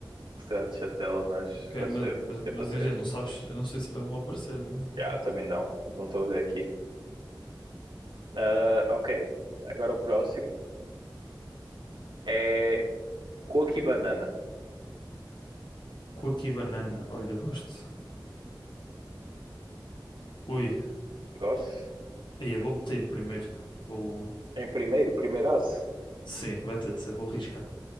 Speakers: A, on the right (about 75°); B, on the left (about 70°).
A: Retratos de tela, mas,
B: Ok,
A: mas
B: mas,
A: é,
B: mas, mas
A: é para três.
B: gente, não sabes. Eu não sei se vai vão aparecer, né? Tipo,
A: Ah, também não. Não estou a ver aqui. Ah, ok. Agora o próximo é Coco e Banana.
B: Coco e banana. Olha, gosto. Ui.
A: Gosto?
B: Aí eu vou meter em primeiro. Vou.
A: Em primeiro, primeiraço.
B: Sim, vai ter de ser. Vou arriscar.